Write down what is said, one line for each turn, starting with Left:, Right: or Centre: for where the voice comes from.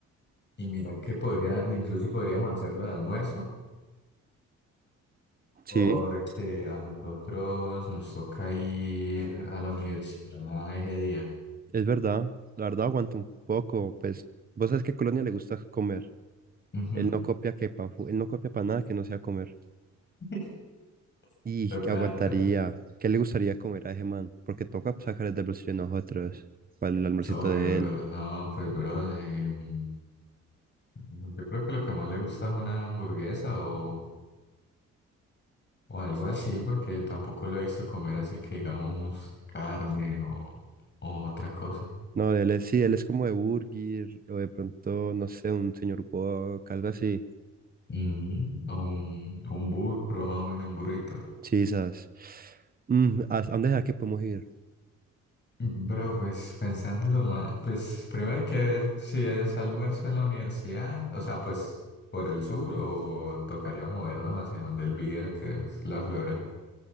Left: Y mira que podría, incluso podríamos hacerlo de almuerzo,
Right: Sí,
Left: porque a nosotros nos toca ir a la universidad ese día.
Right: es verdad. La verdad, aguanta un poco. Pues, vos sabes que a Colonia le gusta comer.
Left: Ujú.
Right: Él no copia que pa, fu- él no copia para nada que no sea comer.
Left: <laughs>
Right: Y
Left: Toca,
Right: que aguantaría.
Left: t-
Right: ¿Qué le gustaría comer a ese man? Porque toca sacar el del bolsillo de nosotros para el almuercito
Left: obvio,
Right: de
Left: bro.
Right: él.
Left: No, pues, bro. em, Mm, Yo creo que lo que más le gusta es una hamburguesa o, o algo así, porque tampoco lo he visto comer así que digamos carne o, o otra cosa.
Right: No, él es, sí, él es como de Burger, o de pronto, no sé, un señor Wok, algo así.
Left: Ujú, O un, un burro, más o menos, un burrito.
Right: Chisas. Mm, ¿a a dónde será que podemos ir?
Left: Bro, pues pensándolo más, pues primero hay que ver si es almuerzo en la universidad, o sea, pues por el sur o tocaría movernos hacia donde él vive, que es la Flora.